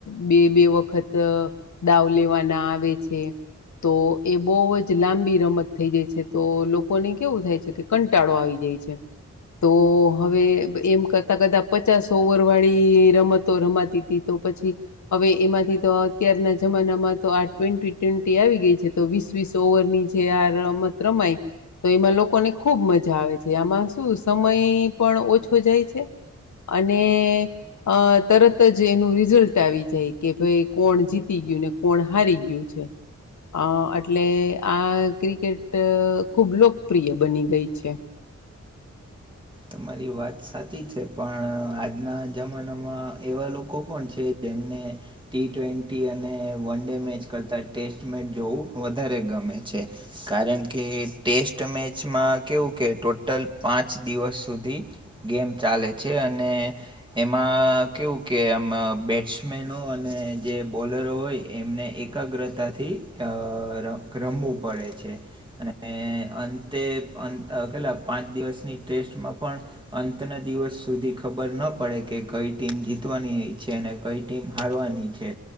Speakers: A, on the left; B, on the right.
A: બે બે વખત દાવ લેવાના આવે છે. તો એ બહુ જ લાંબી રમત થઈ જાય છે તો લોકોને કેવું થાય છે કે કંટાળો આવી જાય છે. તો હવે એમ કરતા કદા પચાસ ઓવર વાળી રમતો રમાતી હતી તો પછી હવે એમાંથી તો અત્યારના જમાનામાં તો આ ટ્વેન્ટી ટ્વેન્ટી આવી ગઈ છે તો વીસ વીસ ઓવર ની જે આ રમત રમાય તો એમાં લોકોને ખૂબ મજા આવે છે આમાં શું સમય પણ ઓછો જાય છે અને અ તરત જ એનું રિઝલ્ટ આવી જાય કે ભાઈ કોણ જીતી ગયું ને કોણ હારી ગયું છે અ એટલે આ ક્રિકેટ ખૂબ લોકપ્રિય બની ગઈ છે
B: તમારી વાત સાચી છે પણ આજના જમાનામાં એવા લોકો કોણ છે જેમને ટી ટ્વેન્ટી અને વન ડે મેચ કરતા ટેસ્ટ મેચ જોવું વધારે ગમે છે કારણ કે ટેસ્ટ મેચમાં કેવું કે ટોટલ પાંચ દિવસ સુધી ગેમ ચાલે છે અને એમાં કેવું કે આમ બેટ્સમેનો અને જે બોલરો હોય એમને એક એકાગ્રતાથી ર રમવું પડે છે અને અંતે પેલા પાંચ દિવસની ટેસ્ટમાં પણ અંતના દિવસ સુધી ખબર ન પડે કે કઈ ટીમ જીતવાની છે અને કઈ ટીમ હારવાની છે